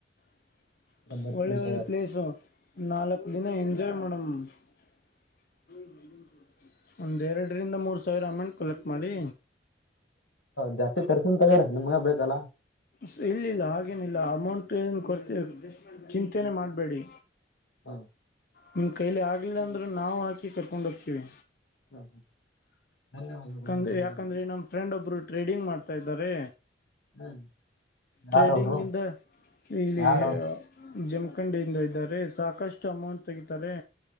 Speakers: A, on the left; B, on the left.
A: <inaudible>
B: ಬರ್ತೀನಿ
A: ಒಳ್ಳೆ ಒಳ್ಳೆ
B: ತಗರಿ
A: ಪ್ಲೇಸು ನಾಲ್ಕು ದಿನ ಎಂಜಾಯ್ ಮಾಡೋ ಹೂಂ ಹ್ಮ ಹ್ಮ್ ಹ್ಮ ಒಂದೆರಡರಿಂದ ಮೂರು ಸಾವಿರ ಅಮೌಂಟ್ ಕಲೆಕ್ಟ್ ಮಾಡಿ.
B: ಜಾಸ್ತಿ ತರ್ತನ್ ತಗ್ರ ನಿಮ್ಗ ಬೇಕಲ್ಲಾ.
A: ಸರಿ ಹಾಗೇನಿಲ್ಲ ಅಮೌಂಟ್ ಏನು ಕೊಡ್ತೀವಿ ಚಿಂತೆನೆ ಮಾಡಬೇಡಿ.
B: ಹಾ
A: ನಿಮ್ಮ ಕೈಲಿ ಆಗಲಿಲ್ಲ ಅಂದ್ರೆ ನಾವು ಹಾಕಿ ಕರ್ಕೊಂಡ ಹೋಗ್ತೀವಿ.
B: <unintelligible> ಧನ್ಯವಾದಗಳು
A: ಯಾಂದ್ರ
B: ಧನ್ಯವಾದಗಳು
A: ಯಾಕಂದ್ರೆ ನಮ ಫ್ರೆಂಡ್ ಒಬ್ರು ಟ್ರೇಡಿಂಗ್ ಮಾಡ್ತಾ ಇದಾರೆ
B: ಹ್ಮ್ ಯಾರವರು
A: ಟ್ರೇಡಿಂಗ್ ಇಂದ ಇಲ್ಲಿ
B: ಯಾರು
A: ಜಮ ಕಕಂಡಿಯಿಂದ ಇದ್ದಾರೆ ಸಾಕಷ್ಟು ಅಮೌಂಟ್ ತೆಗೀತಾರೆ.